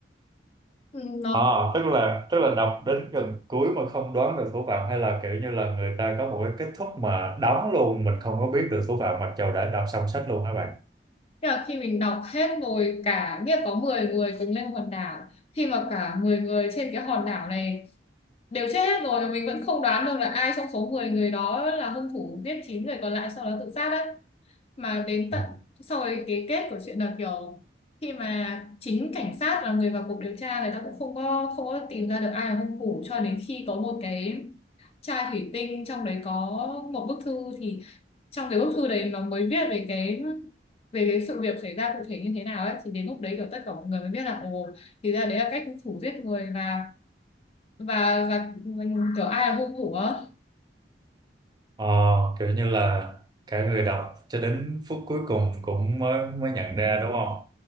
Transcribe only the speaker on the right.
À, tức là tức là đọc đến gần cuối mà không đoán được thủ phạm hay là kiểu như là người ta có một cái kết thúc mà đóng luôn mình không có biết được thủ phạm mặc dầu đã đọc xong sách luôn hả bạn?
Ừ.
Ờ, kiểu như là cả người đọc cho đến phút cuối cùng cũng mới mới nhận ra đúng không?